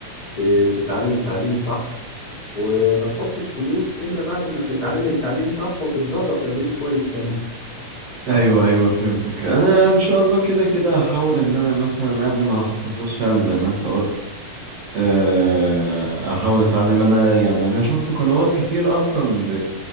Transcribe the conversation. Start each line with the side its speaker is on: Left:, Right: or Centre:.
Left: ت- تتعلم تعليم صح وما تحطش فلوس إلا بعد ما تتعلم تعليم صح وتتدرب تدريب كويس كمان
Right: ايوه ايوه فهمتك انا ان شاء الله كده كده هحاول ان انا مثلا قبل ما احط فلوس فعلا زي ما انت قلت آه، احاول اتعلم انا يعني انا شفت قنوات كتير اصلا ب...